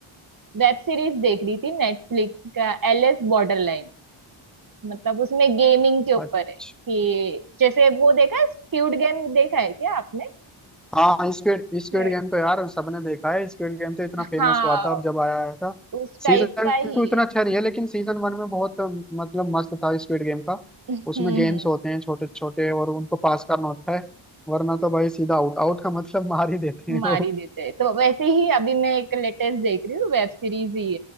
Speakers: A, on the right; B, in the centre.
A: वेब सीरीज देख रही थी नेटफ्लिक्स का एल एस बॉर्डर लाइन मतलब उसमें गेमिंग के ऊपर
B: अच्छा
A: है कि जैसे वो देखा है स्क्विड गेम देखा है क्या आपने
B: हाँ स्क्विड स्क्विड
A: ये-
B: गेम तो यार सबने देखा है स्क्विड गेम तो इतना फेमस
A: हाँ
B: हुआ था अब जब आया आया था
A: उस
B: सीजन
A: टाइप का ही
B: टू इतना अच्छा नहीं है लेकिन सीजन वन में बहुत मतलब मस्त था स्क्विड गेम का
A: हम्म
B: उसमें
A: हम्म
B: गेम्स होते हैं छोटे छोटे और उनको पास करना होता है वरना तो भाई सीधा आउट आउट का मतलब मार ही देते
A: मार
B: हैं वो
A: ही देते हैं तो वैसे ही अभी मैं एक लेटेस्ट देख रही हूँ वेब सीरीज ही